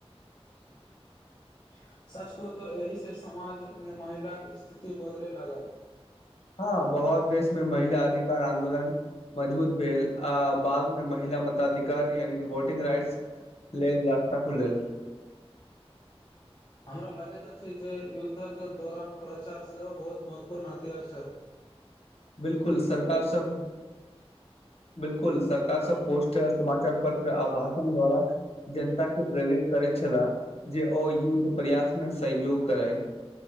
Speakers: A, on the left (about 45°); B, on the left (about 75°).
A: <unintelligible> सच कहु तऽ एहि से समाज मे महिलााक के स्थिति बदले लगल
B: हँ बहुत देशमें महिला अधिकार आंन्दोलन मजबूत भेल आ बादमें महिला मताधिकार यानि कि वोटिंग राइट्स लेल रास्ता खुलल
A: हमरा लागैत अछि जे युद्धक दौरान प्रचार सेहो बहुत महत्वपूर्ण हथियार छल
B: बिलकुल सरकार सब बिलकुल सरकार सब पोस्ट समाचार पत्र आ भाषण द्वारा जनता के प्रेरित करैत छलाह जे ओ युद्ध प्रयास में सहयोग करै